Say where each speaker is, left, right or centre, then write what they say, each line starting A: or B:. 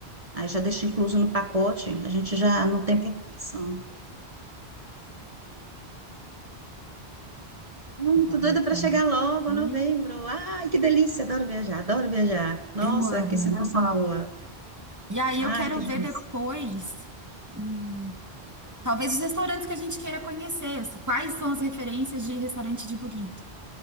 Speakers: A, on the right; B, on the right.
A: Aí já deixa incluso no pacote, a gente já não tem preocupação. Muito
B: Vou anotando
A: doida para chegar
B: aqui.
A: logo, novembro. Ai, que delícia, adoro viajar, adoro viajar.
B: Eu
A: Nossa,
B: amo.
A: que sensação boa.
B: E aí
A: Ai,
B: eu quero
A: que delícia.
B: ver depois, hum, talvez os restaurantes que a gente queira conhecer, assim, quais são as referências de restaurante de bonito.